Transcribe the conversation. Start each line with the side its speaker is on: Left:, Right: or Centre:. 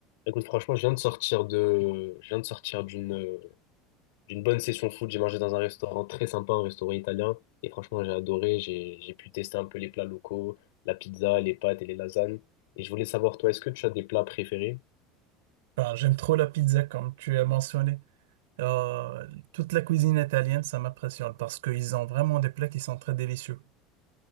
Left: Écoute, franchement, je viens de sortir de, je viens de sortir d'une, d'une bonne session foot. J'ai mangé dans un restaurant très sympa, un restaurant italien. Et franchement, j'ai adoré. J'ai, j'ai pu tester un peu les plats locaux, la pizza, les pâtes et les lasagnes. Et je voulais savoir, toi, est-ce que tu as des plats préférés?
Right: Ah, j'aime trop la pizza comme tu as mentionné. Euh, toute la cuisine italienne, ça m'impressionne parce qu'ils ont vraiment des plats qui sont très délicieux.